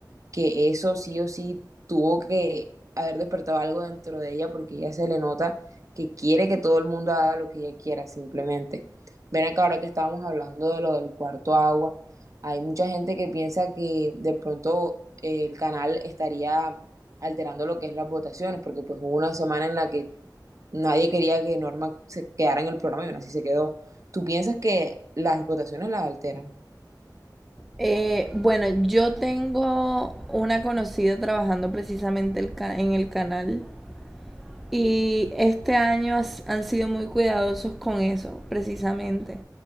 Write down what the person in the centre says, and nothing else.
Eh, bueno, yo tengo una conocida trabajando precisamente el ca- en el canal y este año has- han sido muy cuidadosos con eso, precisamente.